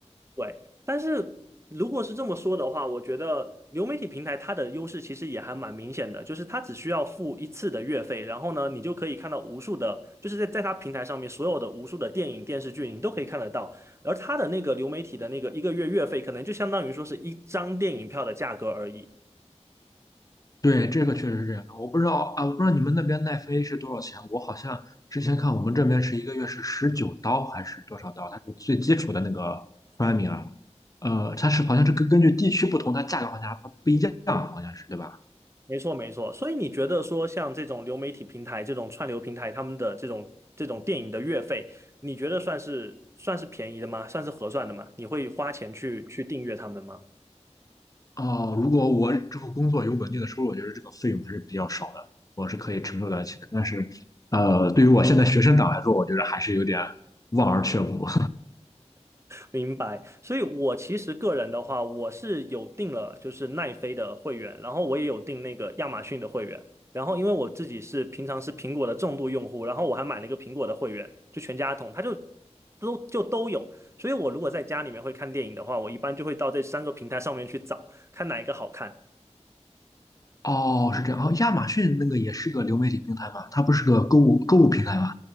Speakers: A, on the right; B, on the left.
A: 对，但是如果是这么说的话，我觉得流媒体平台它的优势其实也还蛮明显的，就是它只需要付一次的月费，然后呢，你就可以看到无数的，就是在在它平台上面所有的无数的电影、电视剧，你都可以看得到。而它的那个流媒体的那个一个月月费，可能就相当于说是一张电影票的价格而已。
B: 对，这个确实是这样的。我不知道啊，我不知道你们那边奈飞是多少钱。我好像之前看我们这边是一个月是十九刀还是多少刀，它是最基础的那个 p r 啊。呃，它是好像是根根据地区不同，它价格好像还不不一样，好像是对吧？
A: 没错，没错。所以你觉得说，像这种流媒体平台、这种串流平台，他们的这种这种电影的月费，你觉得算是算是便宜的吗？算是合算的吗？你会花钱去去订阅他们吗？
B: 哦、如果我之后工作有稳定的收入，我觉得这个费用还是比较少的，我是可以承受得起的。但是，呃，对于我现在学生党来说，我觉得还是有点望而却步。
A: 明白，所以我其实个人的话，我是有订了就是奈飞的会员，然后我也有订那个亚马逊的会员，然后因为我自己是平常是苹果的重度用户，然后我还买了一个苹果的会员，就全家桶，它就都就都有，所以我如果在家里面会看电影的话，我一般就会到这三个平台上面去找，看哪一个好看。
B: <laughs> 哦，是这样。哦，亚马逊那个也是个流媒体平台吧？它不是个购物购物平台吗？